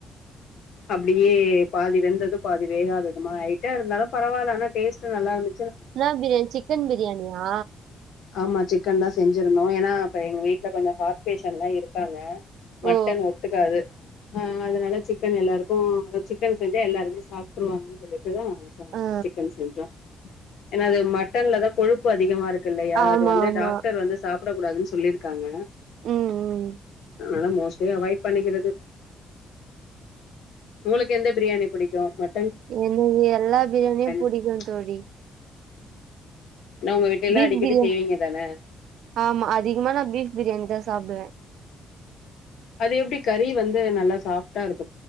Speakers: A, on the left (about 70°); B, on the right (about 75°).
A: அப்டியே பாதி வெந்தது பாதி வேகாததுமா ஆயிட்டா இருந்தாலு பரவால்ல ஆனா டேஸ்ட் நல்லா இருந்
B: என்னா பிரியாணி சிக்கன் பிரியாணியா
A: ஆமா சிக்கன் தா செஞ்சிருந்தோ ஏனா இப்ப எங்க வீட்ல கொஞ்சோ ஹார்ட் பேஷண்ட்லா இருக்காங்க மட்டன்
B: ஓ ஓ.
A: ஒத்துக்காது ஆ அதனால சிக் சிக்கன் எல்லாருக்கு சிக்கன் செஞ்சா எல்லாருமே சாப்ட்டு ட்டுருவாங்கன்னு சொல்லிட்டுதா ச
B: ஆ ஆ.
A: சிக்கன் செஞ்சோ என்னது மட் டன்லதா கொழுப்பு அதிகமா இருக்கு இல்லையா
B: ஆமா
A: அது வந்து
B: ஆமா
A: டாக்டர் வந்து சாப் சாப்பிடக்கூடாதுன்னு சொல்லிருக்காங்க
B: ம் ம்
A: ஆனா மோஸ்லி அவாய்ட் பண்ணிக்கிறது உங்களுக்கு எந்த பிரியாணி புடிக்கு ம
B: எனக்கு எல்லா பிரியாணியு புடிக்கு
A: புடிக்
B: தோழி
A: ஏன்னா உங்க வீட்ல எல்லா
B: பீப்
A: அடிக்கடி
B: பிரியாணி
A: செய்வீங்க தான
B: ஆமா அதிகமா நா பீப் பிரியாணி தா சாப்டுவே
A: அது எப்டி கறி வந்து நல்லா சாஃப்டா இருக்கு